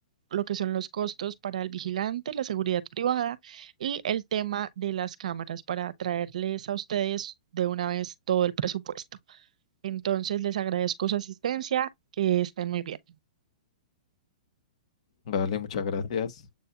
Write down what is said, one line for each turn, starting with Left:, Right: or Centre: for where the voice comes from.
Right: lo que son los costos para el vigilante, la seguridad privada y el tema de las cámaras para traerles a ustedes de una vez todo el presupuesto. Entonces, les agradezco su asistencia, que estén muy bien.
Left: Vale, muchas gracias.